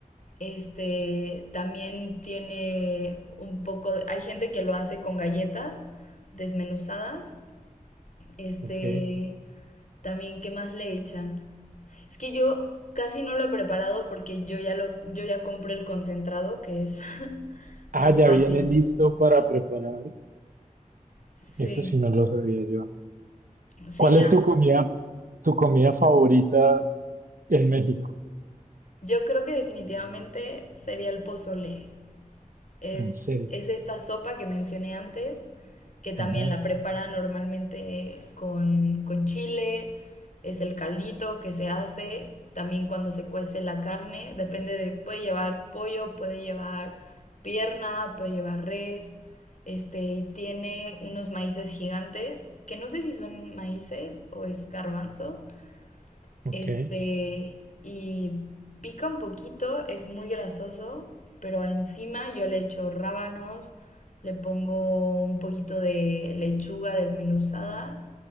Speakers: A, on the left; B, on the right.
A: Este también tiene un poco, hay gente que lo hace con galletas desmenuzadas. Este
B: ¿ok?
A: también, ¿qué más le echan? Es que yo casi no lo he preparado porque yo ya lo, yo ya compré el concentrado, que es <laughs>
B: Ah,
A: más
B: ya
A: fácil.
B: viene listo para preparar.
A: Sí,
B: Eso sí no lo sabía yo.
A: sí,
B: ¿Cuál
A: ya.
B: es tu comida, tu comida favorita en México?
A: Yo creo que definitivamente sería el pozole. Es,
B: En serio.
A: es esta sopa que mencioné antes, que también
B: Ajá,
A: la preparan normalmente con, con chile, es el caldito que se hace, también cuando se cuece la carne, depende de, puede llevar pollo, puede llevar pierna, puede llevar res, este, y tiene unos maíces gigantes, que no sé si son maíces o es garbanzo,
B: ok.
A: este, y pica un poquito, es muy grasoso, pero encima yo le echo rábanos, le pongo un poquito de lechuga desmenuzada,